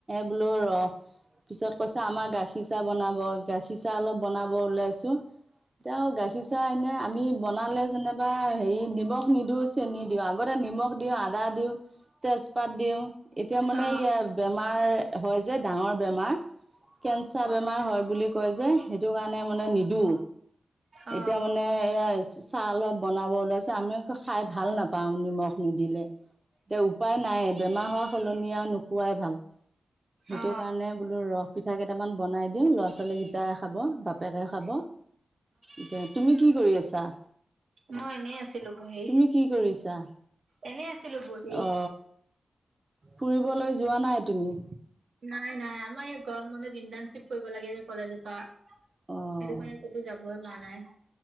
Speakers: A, on the right; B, on the right.
A: বোলো ৰ পিছত কৈছে আমাৰ গাখীৰ চাহ বনাব গাখীৰ চাহ অলপ বনাব, গাখীৰ চাহ অলপ বনাব ওলাইছোঁ। এতিয়া গাখীৰ চাহ এনে আমি বনালে যেনিবা হেৰি নিমখ নিদি চেনি দিওঁ, আগতে নিমখ দিওঁ, আদা দিওঁ, তেজপাত দিওঁ, এতিয়া মানে
B: অ অ
A: ই বেমাৰ হয় যে ডাঙৰ বেমাৰ, কেন্ঞ্চাৰ বেমাৰ
B: অ
A: হয় বুলি কয় যে সেইটো কাৰণে মানে নিদো,
B: অ
A: এতিয়া মানে চাহ অলপ বনাব ওলাইছো, আমি আকৌ খাই ভাল নাপাওঁ নিমখ নিদিলে। এতিয়া উপায় নাই। বেমাৰ হোৱা সলনি আৰু নোখোৱাই ভাল সেইটো
B: অ অ
A: কাৰণে বোলো ৰ পিঠা কেইটামান বনাই দিওঁ ল'ৰা ছোৱালী কেইটাই খাব, বাপেকে খাব, ইটা তুমি কি কৰি আছা?
B: মই এনেই আছিলো বহি।
A: তুমি কি কৰিছা?
B: এনেই আছিলো বহি।
A: অ ফুৰিবলৈ যোৱা নাই তুমি।
B: নাই নাই আমাৰ ইয় গৰম বন্ধত ইণ্টাৰ্ণশ্বিপ কৰিব লাগে যে কলেজ পা। সেইটো
A: অ',
B: কাৰণে ক'তো যাবইে পৰা নাই।